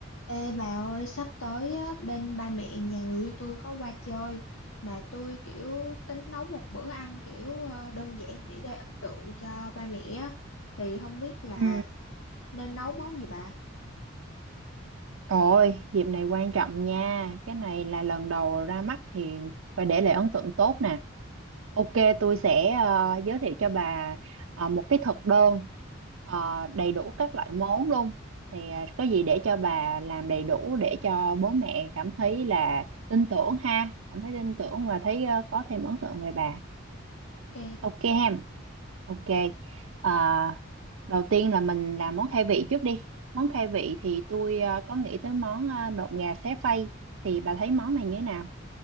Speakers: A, on the left (about 80°); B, on the right (about 80°).
A: Ê bà ơi, sắp tới á, bên ba mẹ nhà người yêu tôi có qua chơi mà tôi kiểu tính nấu một bữa ăn kiểu ờ, đơn giản để gây ấn tượng cho ba mẹ á. Thì không biết là
B: Ừ.
A: nên nấu món gì bà?
B: Ôi, dịp này quan trọng nha. Cái này là lần đầu ra mắt thì phải để lại ấn tượng tốt nè. Ok, tôi sẽ ờ, giới thiệu cho bà ờ, một cái thực đơn ờ, đầy đủ các loại món luôn. Thì ờ, có gì để cho bà làm đầy đủ để cho bố mẹ cảm thấy là tin tưởng ha, cảm thấy tin tưởng và thấy ờ, có thêm ấn tượng về bà.
A: Ok,
B: Ok ha. Ok. À, đầu tiên là mình làm món khai vị trước đi. Món khai vị thì tôi ờ, có nghĩ tới món ờ, nộm gà xé phay. Thì bà thấy món này như thế nào?